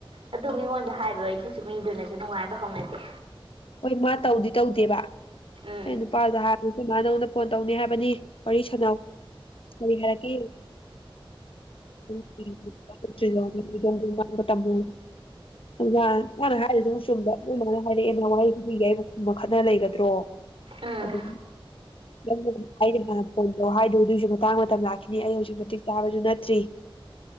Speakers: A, on the right; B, on the left.
A: ꯑꯗꯨ ꯃꯤꯉꯣꯟꯗ ꯍꯥꯏꯕ ꯑꯩꯗꯨꯁꯨ ꯃꯤꯗꯨꯅꯁꯨ ꯅꯨꯡꯉꯥꯏꯕ ꯍꯧꯅꯗꯦ
B: ꯍꯣꯏ ꯃꯥ ꯇꯧꯗꯤ ꯇꯧꯗꯦꯕ
A: ꯎꯝ
B: ꯑꯩ ꯅꯨꯄꯥꯗꯨꯗ ꯍꯥꯏ ꯑꯗꯨ ꯃꯥ ꯅꯉꯣꯟꯗ ꯐꯣꯟ ꯇꯧꯅꯤ ꯍꯥꯏꯕꯅꯤ ꯋꯥꯔꯤ ꯁꯥꯟꯅꯧ ꯀꯔꯤ ꯍꯥꯏꯔꯛꯀꯦ ꯌꯦꯡꯉꯨ ꯗꯣꯡ ꯗꯣꯡ ꯉꯥꯡꯕ ꯇꯝꯃꯨ ꯈꯪꯉꯕ꯭ꯔ ꯑꯗꯨ ꯃꯥꯅ ꯍꯥꯏꯔ ꯑꯗꯨꯝ ꯆꯨꯝꯕ ꯅꯣꯏ ꯃꯥꯅ ꯍꯥꯏꯔꯛꯑꯦ ꯋꯥꯍꯩ ꯈꯨꯗꯤꯡꯒꯤ ꯑꯩꯕꯨ ꯈꯨꯝꯃ ꯈꯠꯅ ꯂꯩꯒꯗ꯭ꯔꯣ
A: ꯎꯝ
B: ꯑꯗꯨ ꯅꯪ ꯑꯩꯅ ꯃꯥꯅ ꯐꯣꯟ ꯇꯧ ꯍꯥꯏꯗꯨ ꯑꯗꯨꯏꯁꯨ ꯃꯇꯥꯡ ꯃꯇꯝ ꯂꯥꯛꯈꯤꯅꯤ ꯑꯩ ꯍꯧꯖꯤꯛ ꯃꯇꯤꯛ ꯆꯥꯕꯁꯨ ꯅꯠꯇ꯭ꯔꯤ